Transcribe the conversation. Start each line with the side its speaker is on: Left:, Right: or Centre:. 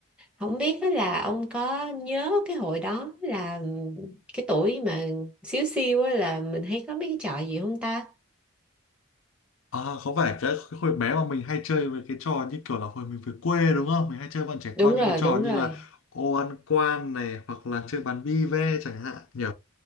Centre: Không biết á là ông có nhớ cái hồi đó là cái tuổi mà xíu xiu á là mình hay có mấy cái trò gì không ta?
Left: à, có phải cái cái hồi bé mà mình hay chơi với cái trò như kiểu là hồi mình về quê đúng không? Mình hay chơi bọn trẻ
Centre: Đúng
Left: con
Centre: rồi,
Left: những cái trò
Centre: đúng rồi.
Left: như là ô ăn quan này hoặc là chơi bắn bi ve chẳng hạn nhỉ?